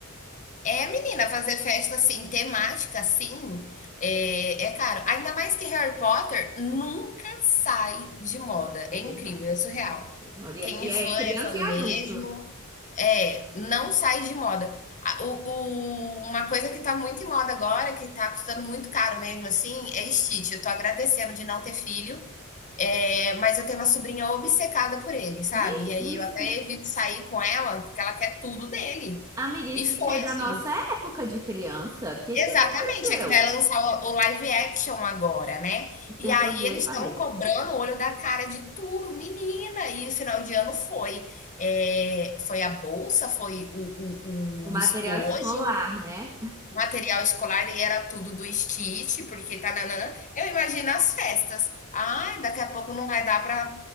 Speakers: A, on the left (about 35°); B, on the right (about 15°).
A: É, menina, fazer festa assim, temática assim, é, é caro. Ainda mais que Harry Potter nunca sai de moda.
B: É
A: É
B: verdade.
A: incrível, é surreal.
B: 36 moda. E
A: Quem
B: é e
A: é
B: é
A: fã
B: criança
A: é fã
B: e adulto.
A: mesmo. É, não sai de moda. A- o- o- uma coisa que tá muito em moda agora, que tá custando muito caro mesmo, assim, é Stitch. Eu tô agradecendo de não ter filho, é, mas eu tenho uma sobrinha obcecada por ele, sabe?
B: Gente,
A: E aí
B: o Stitch,
A: eu até evito sair com ela, porque ela quer tudo dele.
B: amiga, o
A: E
B: Stitch
A: foi
B: é da
A: assim.
B: nossa época de criança. O que
A: Exatamente,
B: que aconteceu?
A: é que vai lançar o o live action agora, né. E
B: Eu
A: aí
B: tô doida
A: eles
B: pra
A: estão
B: ver.
A: cobrando o olho da cara de tudo, menina, e final de ano foi, eh, foi a bolsa, foi o o
B: O material
A: o estojo,
B: escolar, né?
A: material escolar e era tudo do Stitch, porque tánanã. Eu imagino as festas. Ai, daqui a pouco não vai dar para